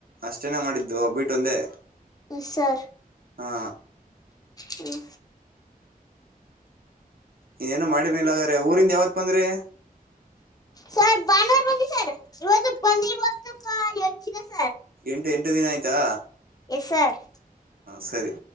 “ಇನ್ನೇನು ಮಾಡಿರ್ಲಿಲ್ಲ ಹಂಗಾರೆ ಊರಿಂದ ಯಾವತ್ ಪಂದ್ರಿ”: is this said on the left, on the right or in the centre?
Right